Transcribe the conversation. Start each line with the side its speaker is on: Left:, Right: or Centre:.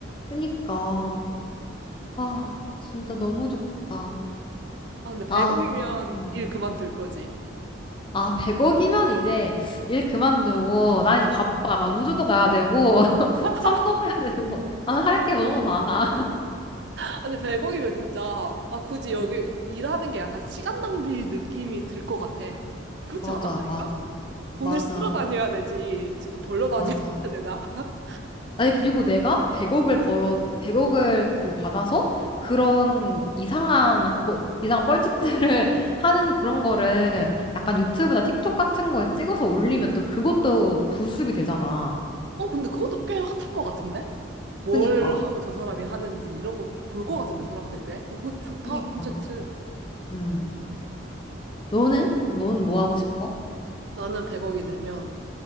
Left: 그니까. 아, 진짜 너무 좋겠다.
Right: 아, 근데 100억이면
Left: 아, 어.
Right: 일 그만둘 거지.
Left: 아, 100억이면 이제 일 그만두고, 나 이제 바빠. 나 우주도 가야 되고, <laughs>
Right: <laughs>
Left: 섬도 가야 되고, 나는 할 게 너무 많아.
Right: 아니, 100억이면 진짜, 아, 굳이
Left: 음.
Right: 여기 일하는 게 약간 시간 낭비 느낌이 들 것 같아. 그렇지
Left: 맞아,
Right: 않아? 아닌가?
Left: 맞아,
Right: 돈을
Left: 맞아,
Right: 쓸어 다녀야 되지. 지금 벌러 다녀야
Left: 맞아.
Right: 되나? <laughs>
Left: 아니, 그리고 내가 100억을 벌어, 백억을 그 받아서 그런 이상한, 거- 이상한 뻘짓들을 <laughs> 하는 그런 거를 약간 유튜브나 틱톡 같은 거에 찍어서 올리면 또 그것도 부수입이 되잖아.
Right: 어, 근데 그것도 꽤 핫할 것 같은데? 뭘
Left: 그니까,
Right: 하고 저 사람이 하는지 이런 거 볼 것
Left: 응.
Right: 같은데, 사람들 꽤? 어, 그거 좋다,
Left: 그니까.
Right: 콘텐츠.
Left: 음. 너는? 넌 뭐 하고 싶어?
Right: 나는 100억이 되면